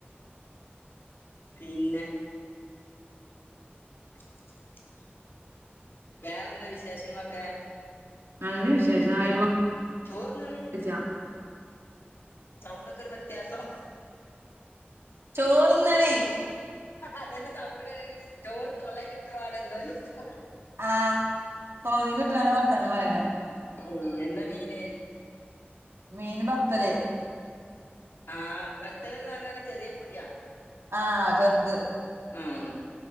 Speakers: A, on the left; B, on the right.
A: പിന്നെ <inaudible> വേറെന്താ വിശേഷങ്ങളൊക്കെ
B: നല്ല വിശേഷം ആയും
A: ചോറ്തിന്നോണ്
B: ഇജ
A: സൗണ്ടക്കെ ഒരു വ്യതാസം
B: ചോറ് തിന്നാണേ
A: അതല്ലെ സൗണ്ട് വേറെ ചോറ് തൊള്ളെക്ക് ഇട്ടപാടെ എന്തോ ചോയ്ച്ചു
B: ആഹ് തൊള്ളിക്ക് ഇട്ടാണ് വർത്തനം പറിണ്
A: ഉം എന്താ മീന്
B: മീന് ബത്തല്
A: ആഹ് ബത്തല്ന്ന് പറഞ്ഞല് ചെറിയ പൊടിയാ
B: ആഹ് ചെറ്ത്
A: ഉം